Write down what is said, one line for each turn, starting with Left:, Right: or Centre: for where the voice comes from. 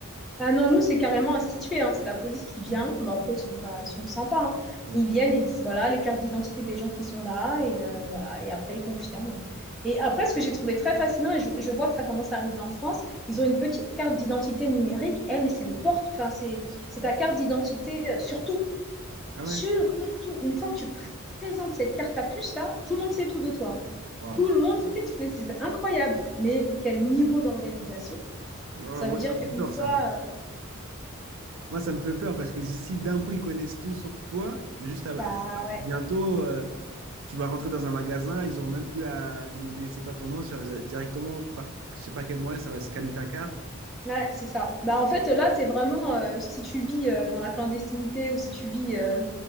Centre: Ah non, nous, c'est carrément institué, hein. C'est la police qui vient. Bon, après, ils sont pas, ils sont sympas, hein.
Right: Ouais.
Centre: Ils viennent et ils disent, voilà, les cartes d'identité des gens qui sont là, et euh, voilà, et après, ils confirment. Et après, ce que j'ai trouvé très fascinant, et je, je vois que ça commence à arriver en France, ils ont une petite carte d'identité numérique. Eh, mais c'est le porte, enfin, c'est, c'est ta carte d'identité, euh, surtout,
Right: Ah
Centre: surtout,
Right: ouais?
Centre: une fois que tu pr- présentes cette carte à puce, là, tout le monde sait tout de toi. hein.
Right: Waouh.
Centre: Tout le monde <laughs> sait tout, mais c'est incroyable. Mais quel niveau d'organisation!
Right: Non,
Centre: Ça
Right: moi,
Centre: veut dire
Right: ça
Centre: qu'une
Right: me fait peur,
Centre: fois,
Right: ça.
Centre: euh,
Right: Moi, ça me fait peur parce que si si d'un coup, ils connaissent tout sur toi, juste à-
Centre: Bah ouais,
Right: bientôt, euh, tu vas rentrer dans un magasin, ils auront même plus à demander c'est quoi ton nom, ça va directement, par je sais pas quel moyen, ça va scanner ta carte.
Centre: ouais, c'est ça. Bah en fait, là, t'es vraiment, euh, si tu vis euh, dans la clandestinité ou si tu vis euh,